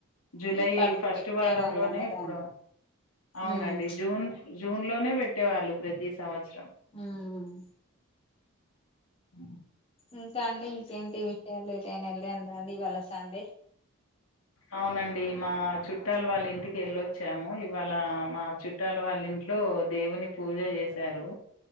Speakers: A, on the left; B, on the left.
A: జులై
B: ఈ పట్టుకు
A: ఫస్ట్
B: పెట్టే
A: వారంలోనే
B: వాళ్ళం కదండి
A: ఇప్పుడు అవునండి
B: ఉమ్
A: జూన్ జూన్ లోనే పెట్టేవాళ్ళు ప్రతి సంవత్సరం
B: హ్మ్
A: అ
B: ఇంకా అండి ఇంకేంటి విషయాలు ఎటైనా వెళ్లిండ్రా ఇవాళ సండే
A: అవునండి మా చుట్టాలు వాళ్ళ ఇంటికి వెళ్ళొచ్చాము ఇవాళ మా చు ట్టాల వాళ్ళ ఇంట్లో దేవుని పూజ చేశారు